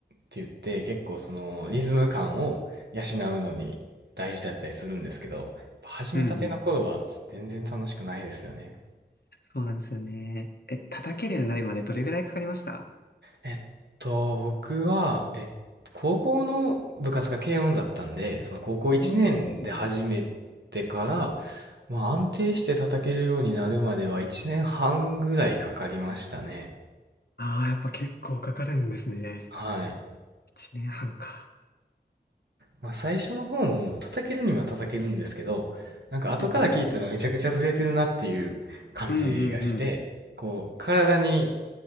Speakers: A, on the right; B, on the left.
A: て言って結構そのリズム感を養うのに大事だったりするんですけど、やっぱ始めたての頃は全然楽しくないですよね。
B: うんうん。そうなんですよね。え、叩けるようになるまでどれぐらいかかりました
A: えっと、僕は、え、高校の部活が軽音だったんで、その高校1年で始めてから、
B: おー。
A: まあ安定して叩けるようになるまでは1年半ぐらいかかりましたね。
B: ああ、やっぱ結構かかるんですね。
A: はい。
B: 1年半か。
A: まあ、最初の方も叩けるには叩けるんですけど、なんか後から聞いたらめちゃくちゃずれてるなっていう感じがして、
B: うんうん。うんうんうん。
A: こう、体に、